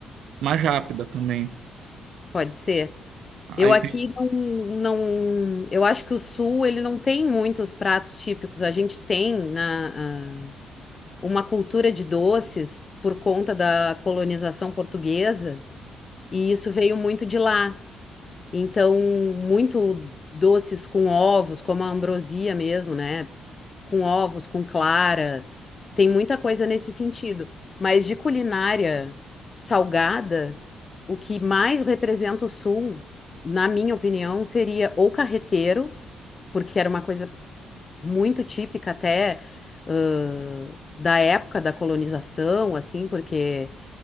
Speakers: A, on the right; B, on the left.
A: mais rápida também.
B: pode ser.
A: Aí
B: Eu aqui
A: tem-
B: não, não, eu acho que o sul ele não tem muitos pratos típicos. A gente tem na, ah, uma cultura de doces por conta da colonização portuguesa, e isso veio muito de lá. Então, muito doces com ovos, como a ambrosia mesmo, né? Com ovos, com clara. Tem muita coisa nesse sentido. Mas de culinária salgada, o que mais representa o Sul, na minha opinião, seria ou carreteiro, porque era uma coisa muito típica até ãh, da época da colonização, assim, porque